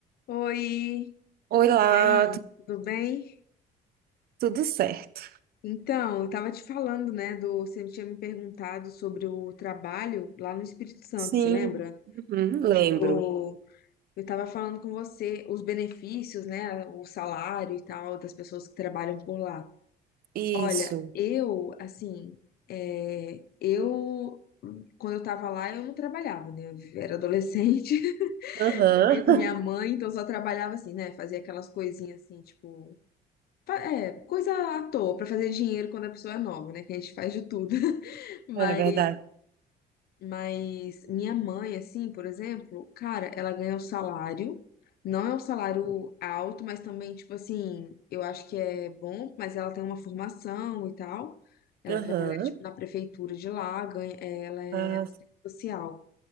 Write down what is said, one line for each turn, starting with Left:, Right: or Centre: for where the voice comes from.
Left: Oi,
Right: Oi lá,
Left: e aí,
Right: tu-
Left: tudo bem?
Right: tudo certo?
Left: Então, eu tava te falando, né, do, você tinha me perguntado sobre o trabalho lá no Espírito Santo,
Right: Sim,
Left: você lembra?
Right: uhum, lembro.
Left: Tipo, eu tava falando com você os benefícios, né, o salário e tal das pessoas que trabalham por lá.
Right: Isso.
Left: Olha, eu, assim, é, eu, quando eu tava lá, eu não trabalhava, né, eu era adolescente,
Right: Aham.
Left: <laughs> vivia com minha mãe,
Right: <laughs>
Left: então eu só trabalhava assim, né, fazia aquelas coisinhas assim, tipo fa- É, coisa à toa pra fazer dinheiro quando a pessoa é nova, né? Que a gente faz de tudo. <laughs> Mas,
Right: É verdade.
Left: mas minha mãe, assim, por exemplo, cara, ela ganha o salário. Não é um salário alto, mas também, tipo assim, eu acho que é bom, mas ela tem uma formação e tal. Ela
Right: Aham.
Left: trabalha, tipo, na prefeitura de lá, ganha, é, ela é
Right: Ah,
Left: assistente social.